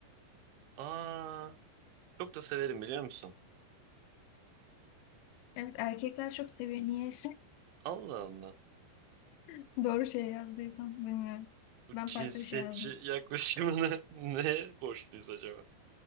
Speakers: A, on the right (about 85°); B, on the left (about 85°).
A: aa çok da severim biliyor musun
B: Evet erkekler çok seviyor. Niyeyse
A: Allah Allah
B: <laughs> doğru şey yazdıysam bilmiyorum.
A: bu
B: Ben
A: cinsiyetçi
B: farklı bir şey yazdım.
A: yaklaşımını <laughs> neye borçluyuz acaba